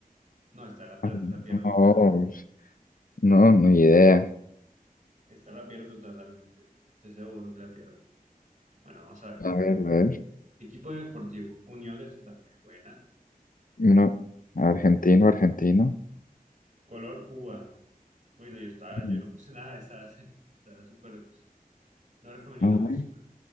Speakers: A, on the right; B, on the left.
A: No, está la, per-
B: Ah,
A: la pierdo
B: No,
A: totalmente.
B: pues, no, ni idea.
A: Está la pierdo totalmente. Estoy seguro que la pierdo. Bueno, vamos a ver.
B: A ver, a ver.
A: Equipo deportivo, Unión de Santa Fe, buena.
B: No. Argentino, argentino.
A: Color uva. Bueno, yo estaba, yo
B: Mm,
A: no puse nada de esa. <laughs> Estaba súper. Nombre femenino,
B: a ver.
A: Úrsula.